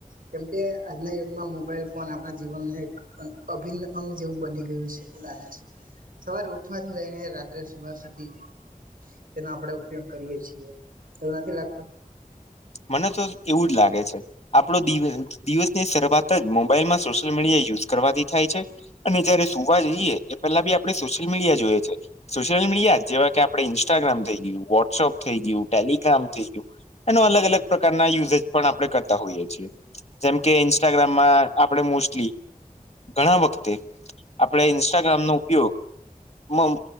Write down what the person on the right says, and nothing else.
કેમ કે આજના યુગમાં મોબાઈલ ફોન આપણા જીવનને એક અહ અભિન્ન અંગ જેવું ઉ બની ગયું છે એવું લાગે છે. સવારે ઉઠવાથી લઈને રાત્રે સુવા સુધી તેના આપડે ઉપયોગ કરીએ છીએ, એવું નથી લાગતું?